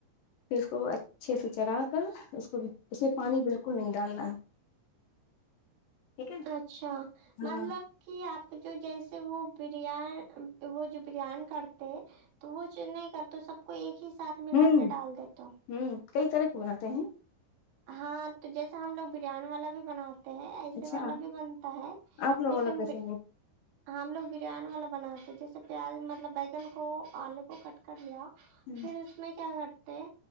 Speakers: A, on the left; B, on the right.
A: پھر اس کو اچھے سے چر کر اس کو اسے پانی
B: جی
A: بالک ڈالنا ٹھیک ہے
B: اچھا
A: ہاں
B: مطلب کہ آپ تو جو جیسے وہ بریان وہ جو بریان کر <unintelligible> تو وہ چ نہیں کر تو سب کو ایک ہی ساتھ
A: ہ
B: ملا کے ڈال دیتا
A: ہ کئی طرح کی بولاتے ہیں
B: ہاں تو جیسا ہم لوگ بریانی والا بھی بنا ایسے
A: اچھا
B: والا بھی بنتا ہے
A: آپ لوگ
B: لیکن
A: والا کیسے
B: ہم لوگ بریانی والا بناتے جیسے پیاز مطلب بیگن کو آلو کو کٹ کر لیا
A: ہیں
B: پھر اس میں کیا کرتے